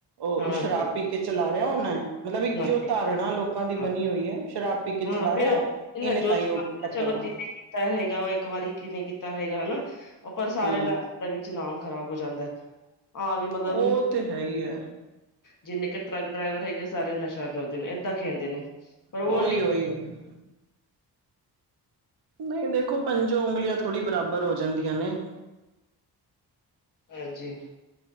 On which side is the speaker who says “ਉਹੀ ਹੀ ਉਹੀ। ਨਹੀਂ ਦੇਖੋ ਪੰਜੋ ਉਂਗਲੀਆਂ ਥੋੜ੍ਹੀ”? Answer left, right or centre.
Right